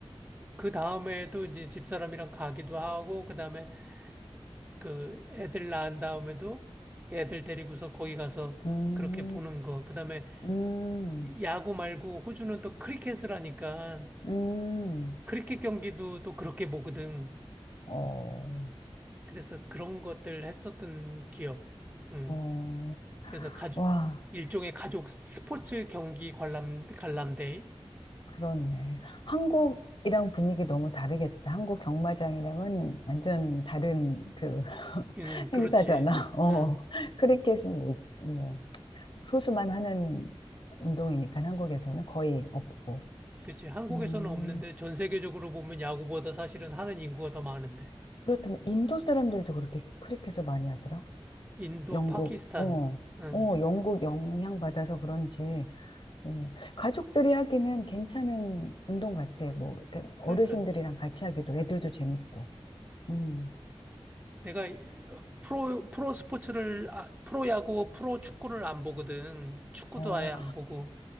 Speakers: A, on the right; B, on the left.
A: 그 다음에도 이제 집사람이랑 가기도 하고, 그 다음에 그 애들 낳은 다음에도 애들 데리고서 거기 가서
B: 음,
A: 그렇게 보는 거. 그 다음에
B: 음,
A: 야구 말고 호주는 또 크리켓을 하니까
B: 음,
A: 크리켓 경기도 또 그렇게 보거든.
B: 어,
A: 그래서 그런 것들 했었던 기억. 음.
B: 어,
A: 그래서 가족,
B: 와.
A: 일종의 가족 스포츠 경기 관람, 관람대회?
B: 그렇네. 한국이랑 분위기 너무 다르겠다. 한국 경마장이랑은 완전 다른 그 <laughs>
A: 응, 그렇지.
B: 행사잖아. 어.
A: 응,
B: 크리켓은 뭐, 뭐 소수만 하는 운동이니까 한국에서는 거의 없고.
A: 그렇지. 한국에서는
B: 음.
A: 없는데 전 세계적으로 보면 야구보다 사실은 하는 인구가 더 많은데.
B: 그렇다면 인도 사람들도 그렇게 크리켓을 많이 하더라.
A: 인도,
B: 영국,
A: 파키스탄.
B: 어,
A: 응.
B: 어, 영국 영향 받아서 그런지 어, 가족들이 하기는 괜찮은 운동 같아. 뭐 이렇게
A: 그러니까
B: 어르신들이랑 같이 하기도 애들도 재밌고. 음.
A: 내가 프로, 프로 스포츠를, 아, 프로 야구, 프로 축구를 안 보거든. 축구도
B: 어,
A: 아예 안 보고.